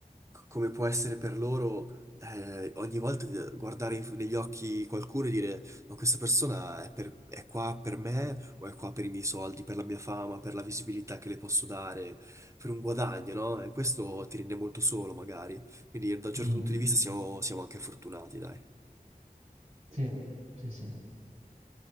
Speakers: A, on the right; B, on the right.
A: c- come può essere per loro eh, ogni volta di- eh, guardare in- negli occhi qualcuno e dire ma questa persona è, per- è qua per me o è qua per i miei soldi, per la mia fama, per la visibilità che le posso dare, per un guadagno, no? E questo ti rende molto solo magari, quindi da un
B: Mm.
A: certo punto di vista siamo, siamo anche fortunati, dai.
B: Sì, sì, sì.